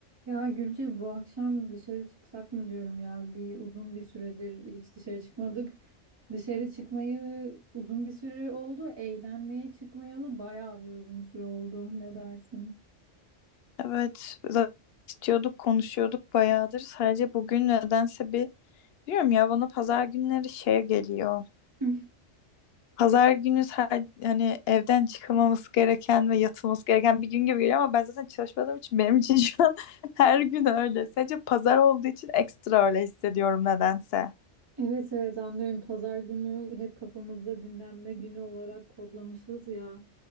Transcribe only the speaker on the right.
Ya Gülce bu akşam dışarı çıksak mı diyorum ya. Bir uzun bir süredir hiç dışarı çıkmadık. Dışarı çıkmayı uzun bir süre oldu. Eğlenmeye çıkmayalı bayağı bir uzun süre oldu. Ne dersin?
<laughs>
Evet evet anlıyorum. Pazar günü hep kafamızda dinlenme günü olarak kodlamışız ya.